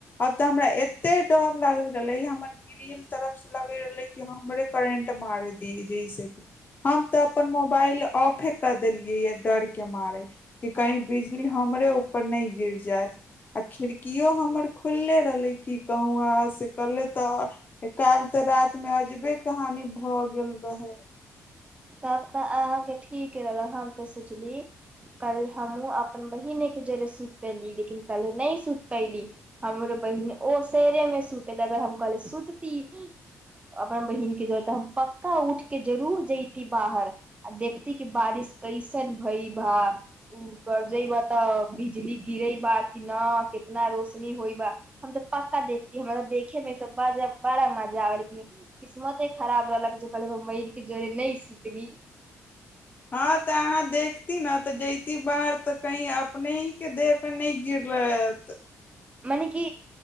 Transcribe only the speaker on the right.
तब तऽ अहाँके ठीक रहलक हम तऽ सोचली कल हमूँ अपन बहिने के जरे सुत पली लेकिन कले नहि सुत पली हमरो बहिन ओ शेरे मे सुतली अगर हम कहल सुतती अपना बहिन के जरे तऽ हम पक्का उठ के जरूर जयती बाहर आ देखती क बारिश कैसन भई भा गरजे बा तऽ बिजली गिरे बा न कितना रोशनी होइ बा हम तऽ पक्का देखतीै हमरा त देखे मे बड़ा मजा आबेक किस्मते खराब रहलक जे कहल मर के जोरे न सिडनी <inaudible>
मने कि